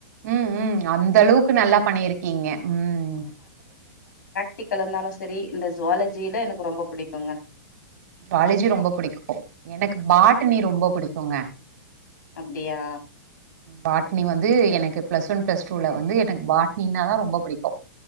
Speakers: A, on the right; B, on the left.
A: உம் உம் அந்த அளவுக்கு நல்லா பண்ணியிருக்கீங்க உம்
B: புடி கலனாலும் செரி இந்த ஜுவாலஜியில எனக்கு ரொம்ப புடிக்குங்க
A: காலேஜி ரொம்ப பிடிக்கும் எனக்கு பாட்டனி ரொம்ப புடிக்குங்க
B: அப்புடியா
A: பாட்னி வந்து எனக்கு பிளஸ் ஒன் பிளஸ் டூல வந்து எனக்கு பாட்னினாதான் ரொம்ப பிடிக்கும்